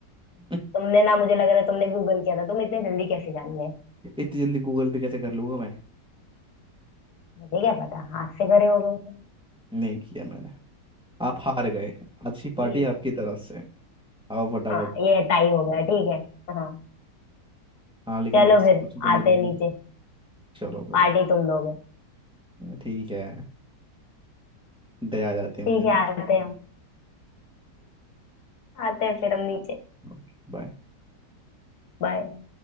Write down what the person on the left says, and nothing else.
तुमने ना मुझे लग रहा है तुमने गूगल किया था तुम इतने जल्दी कैसे जान गए
मुझे क्या पता हाथ से करे होगे
ठीक
हाँ ये टाई हो गया ठीक है हाँ
चलो
फिर
आते
हैं नीचे
पार्टी तुम दोगे
ठीक
है
आते हैं हम आते हैं फिर हम नीचे
बाय